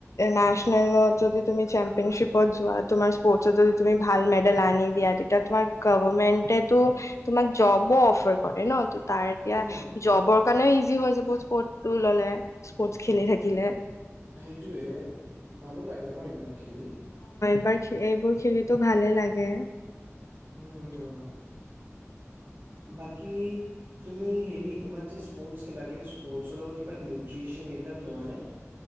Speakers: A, on the left (about 75°); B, on the right (about 55°).
A: নেশ্যনেল যদি তুমি যদি চেম্পিয়ন পত যোৱা তোমাৰ স্পৰ্টত যদি তুমি ভাল মেডেল আনি দিয়া তেতিয়া তোমাৰ গভমেন্টেটো তোমাক জবো অফাৰ কৰে ন ত এতিয়া
B: অ
A: জবৰ কাৰণেও ইজি হয় যাব স্পৰ্টটো ললে স্পৰ্ট খেলি থাকিলে।
B: সেইটোয়ে ভালো লাগে ন এইবিলাক খেলি
A: এবাৰ এইবোৰ খেলি ভালে লাগে।
B: উম! বাকী তুমি হেৰি, তোমাৰ যাষ্ট স্পৰ্ট খেলা। কিবা স্পৰ্টৰ লগত কিবা নিউট্ৰিচন এইবিলাক লোৱা নে?